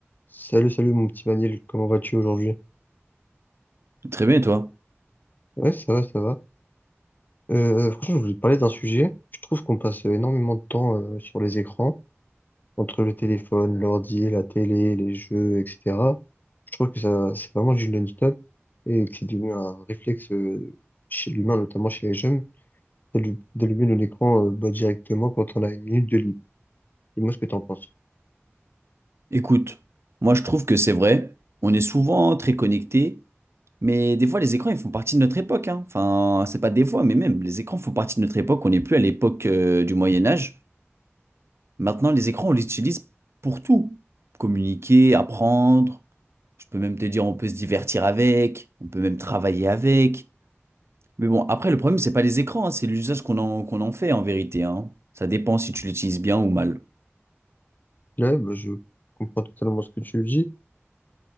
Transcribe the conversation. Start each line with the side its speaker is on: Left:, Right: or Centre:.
Left: Salut, salut mon petit Maniel, comment vas-tu aujourd'hui?
Right: Très bien, et toi?
Left: Ouais, ça va, ça va. Euh, euh, franchement, je voulais te parler d'un sujet. Je trouve qu'on passe énormément de temps euh, sur les écrans, entre le téléphone, l'ordi, la télé, les jeux, etc. Je trouve que ça, c'est vraiment du non-stop et que c'est devenu un réflexe euh, chez l'humain, notamment chez les jeunes, d'allu- d'allumer nos écrans euh, bah, directement quand on a une minute de libre. Dis-moi ce que t'en penses.
Right: Écoute, moi je trouve que c'est vrai, on est souvent très connectés, mais des fois les écrans ils font partie de notre époque, hein. Enfin, c'est pas des fois, mais même les écrans font partie de notre époque, on n'est plus à l'époque euh, du Moyen Âge. Maintenant, les écrans, on les utilise pour tout. Communiquer, apprendre, je peux même te dire on peut se divertir avec, on peut même travailler avec. Mais bon, après le problème, c'est pas les écrans, hein, c'est l'usage qu'on en, qu'on en fait en vérité, hein. Ça dépend si tu l'utilises bien ou mal.
Left: Là, bah, je comprends totalement ce que tu dis.